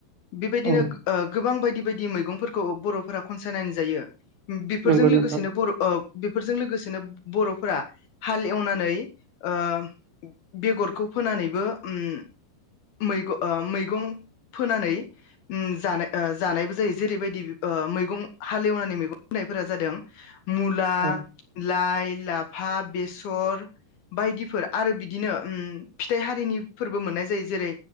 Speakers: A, on the left; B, on the right.
A: बेबायदिनो
B: औ
A: ओ गोबां बाय दि ब्रायदि मैगंफोरखौ ओ बर'फोरा खनसायनानै जायो बेफोरजों
B: नंगौ
A: लोगोसेनो
B: नोंथां
A: बर' ओ बेफोरजों लोगोसेनो बर' फोरा हाल एवनानै ओ बेगरखौ फोनानैबो ओम मैग ओ मैगं फोनानै उम जानाय ओ जानायबो जायो जेरैबायदि ओ मैगं हालेवनानै मैगं फोनायफोरा जादों मुला,
B: औ
A: लाइ बिलाब फा बेसर बायदिफोर आरो बिदिनो उम फिथाइ हारिनि फोरबो मोननाय जायो जेरै